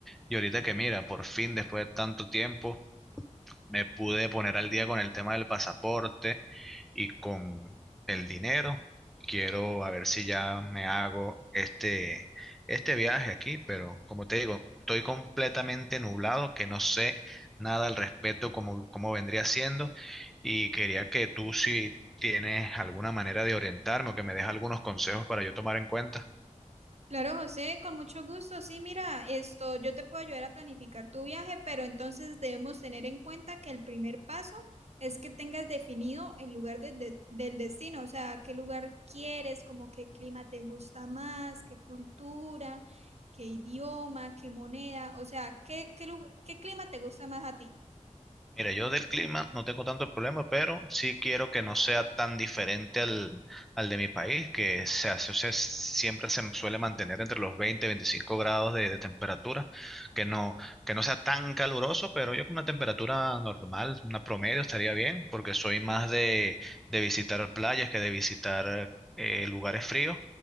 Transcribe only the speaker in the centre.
Y ahorita que, mira, por fin, después de tanto tiempo, me pude poner al día con el tema del pasaporte y con el dinero. Quiero a ver si ya me hago este, este viaje aquí, pero como te digo, estoy completamente nublado, que no sé nada al respecto como, como vendría siendo y quería que tú si tienes alguna manera de orientarme o que me des algunos consejos para yo tomar en cuenta.
Mira, yo del clima no tengo tanto problema, pero sí quiero que no sea tan diferente al, al de mi país, que se hace, o sea, siempre se suele mantener entre los 20 y 25 grados de, de temperatura, que no, que no sea tan caluroso, pero yo con una temperatura normal, una promedio, estaría bien, porque soy más de, de visitar playas que de visitar eh, lugares fríos.